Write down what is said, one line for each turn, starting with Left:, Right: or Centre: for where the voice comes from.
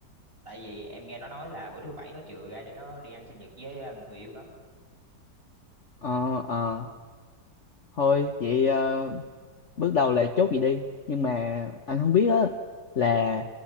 Right: tại vì em nghe nó nói là bữa thứ bảy nó chừa ra để nó đi ăn sinh nhật với ờ, người yêu nó
Left: ờ ờ thôi vậy ờ, bước đầu là chốt vậy đi nhưng mà anh không biết á là